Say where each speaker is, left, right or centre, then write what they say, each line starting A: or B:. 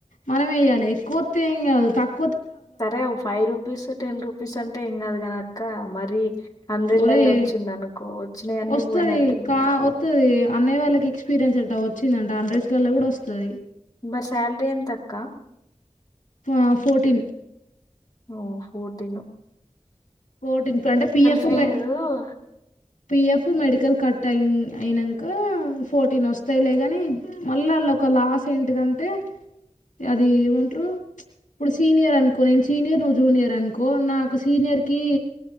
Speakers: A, on the left; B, on the left.
A: మనమే ఇయ్యాలె ఎక్కువొత్తే ఏం గాదు తక్
B: సరే ఓ ఫైవ్ రూపీస్ టెన్ రూపీస్ అంటే ఏం గాదు గాదు గని అక్క మరి హండ్రెళ్లలో
A: ఒరేయ్
B: వచ్చింది అనుకో వచ్చిన యన్నీ
A: వస్తది
B: పోయినట్టే ఇగ
A: కా వత్తది అన్నయ వాళ్ళకి ఎక్స్పీరియన్స్ అంట వచ్చిందంట హండ్రెడ్స్ లల్లో గుడా వస్తది
B: మరి శాలరీ ఎంత అక్క
A: ఆ ఫోర్టీన్
B: ఓ ఫోర్టీను
A: ఫోర్టీన్ పె అంటే పిఎఫ్
B: ఫీజు
A: మే పిఎఫ్ మెడికల్ కట్ అయి అయినంక ఫోర్టీన్ వస్తాయ్ లేగని మళ్ళ లొక లాస్ ఏంటిదంటే అది ఏమంట్రు ఇప్పుడు సీనియర్ అనుకో నేను సీనియర్ నువ్వు జూనియర్ అనుకో నాకు సీనియర్ కి